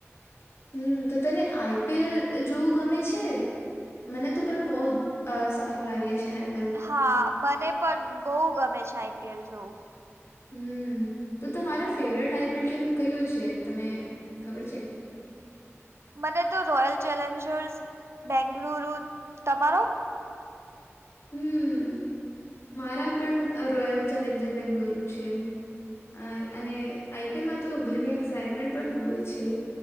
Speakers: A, on the left; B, on the right.
A: હમ્મ તો તને આઈ પી એલ જોવું ગમે છે? મને તો પણ બોહ અહ સારું લાગે છે હ.
B: હા મને પણ બહુ ગમે છે આઈ પી એલ જોવું.
A: હમ્મ તો તમારો favourite I P L team કયું છે, તમે ખબર છે?
B: મને તો રોયલ ચેલેન્જર્સ બેંગલુરુ તમારો?
A: હમ્મ, મારા પણ રોયલ ચેલેન્જર બેંગલુરુ છે. અહ અને આઈ પી એલ માં તો ઘણી એક્સાઈટમેન્ટ પણ હોવે છે.